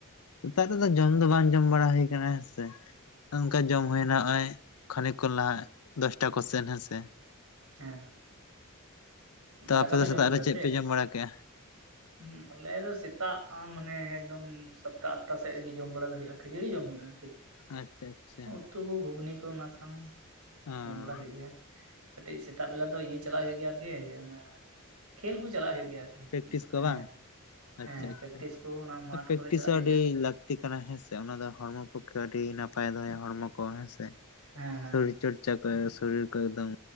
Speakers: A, on the left; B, on the right.
A: ᱥᱮᱛᱟᱜ ᱨᱮᱫᱚ ᱡᱚᱢ ᱫᱚ ᱵᱟᱝ ᱡᱚᱢ ᱵᱟᱲᱟ ᱦᱩᱭ ᱟᱠᱟᱱᱟ ᱦᱮᱸ ᱥᱮ ᱱᱚᱱᱠᱟ ᱡᱚᱢ ᱦᱩᱭᱮᱱᱟ ᱱᱚᱜᱼᱚᱭ ᱠᱷᱟᱱᱤᱠ ᱠᱷᱚᱱ ᱞᱟᱦᱟ ᱫᱚᱥᱴᱟ ᱠᱚᱥᱮᱱ ᱦᱮᱸᱥᱮ
B: ᱦᱮᱸ
A: ᱛᱚ
B: ᱫᱟᱠᱟ
A: ᱟᱯᱮ
B: ᱯᱮ
A: ᱫᱚ ᱥᱮᱛᱟᱜ
B: ᱡᱚᱢ ᱠᱮᱫᱟ
A: ᱨᱮ ᱪᱮᱫ
B: ᱥᱮ
A: ᱯᱮ ᱡᱚᱢ ᱵᱟᱲᱟ ᱠᱮᱜᱼᱟ?
B: ᱾ ᱦᱮᱸ ᱟᱞᱮ ᱫᱚ ᱥᱮᱛᱟᱜ ᱟ ᱢᱟᱱᱮ ᱮᱠᱫᱚᱢ ᱥᱚᱛᱴᱟ ᱟᱴᱟ ᱥᱮᱫ ᱨᱮᱜᱮ ᱡᱚᱢ ᱵᱟᱲᱟ ᱫᱚ ᱦᱩᱭᱩᱜᱼᱟ ᱾ ᱠᱷᱟᱡᱟᱹᱲᱤ ᱡᱚᱢ ᱦᱩᱭᱩᱜᱼᱟ
A: ᱟᱪᱪᱷᱟ ᱟᱪᱪᱷᱟ
B: <unintelligible> ᱩᱛᱩ ᱠᱚ, ᱜᱷᱩᱜᱽᱱᱤ ᱠᱚ ᱚᱱᱟ ᱥᱟᱶ
A: ᱚ
B: ᱡᱚᱢ ᱵᱟᱲᱟ ᱦᱩᱭᱩᱜ ᱜᱮᱭᱟ ᱠᱟᱹᱴᱤᱡ ᱥᱮᱛᱟᱜ ᱵᱮᱞᱟ ᱫᱚ ᱤᱭᱟᱹ ᱪᱟᱞᱟᱜ ᱦᱩᱭᱩᱜ ᱜᱮᱭᱟ ᱟᱨᱠᱤ ᱚᱱᱟᱼ ᱠᱷᱮᱞ ᱠᱚ ᱪᱟᱞᱟᱜ ᱦᱩᱭᱩᱜ ᱜᱮᱭᱟ ᱟᱨᱠᱤ
A: ᱯᱨᱮᱠᱴᱤᱥ ᱠᱚ
B: ᱦᱮᱸ
A: ᱵᱟᱝ
B: ᱦᱮᱸ
A: ᱟᱪᱪᱷᱟ ᱟᱪᱪᱷᱟ
B: ᱯᱮᱠᱴᱤᱥ ᱠᱚ ᱚᱱᱟ ᱢᱟᱴᱷ
A: ᱯᱨᱮᱠᱴᱤᱥ
B: ᱠᱚᱨᱮ ᱪᱟᱞᱟᱜ
A: ᱦᱚᱸ
B: ᱦᱩᱭᱩᱜ
A: ᱟᱹᱰᱤ
B: ᱜᱮᱭᱟ ᱛᱚ
A: ᱞᱟᱹᱠᱛᱤ ᱠᱟᱱᱟ ᱦᱮᱸ ᱥᱮ ᱾ ᱚᱱᱟ ᱫᱚ ᱦᱚᱲᱢᱚ ᱯᱚᱠᱠᱷᱮ ᱟᱹᱰᱤ ᱱᱟᱯᱟᱭ ᱫᱚᱦᱚᱭᱟ ᱦᱚᱲᱢᱚ ᱠᱚ ᱦᱮᱸ ᱥᱮ ᱾
B: ᱦᱮᱸ ᱦᱮᱸ
A: ᱥᱚᱨᱤᱨ ᱪᱚᱨᱪᱟ ᱼᱚᱨᱪᱟ ᱠᱚ ᱥᱚᱨᱤᱨ ᱠᱚ ᱮᱠᱫᱚᱢ